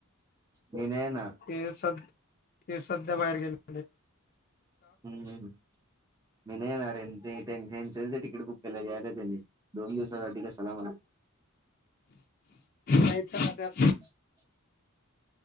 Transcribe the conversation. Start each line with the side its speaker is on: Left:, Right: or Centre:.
Right: मी नाही येणार.
Left: ते सध्या ते सध्या बाहेर गेले.
Right: हम् मी नाहीणार ते तेंच तिकीट बुक केल्याला. <unintelligible> दोन दिवसासाठी कसाला म्हणा.
Left: यायच ना त्यात
Right: <inaudible>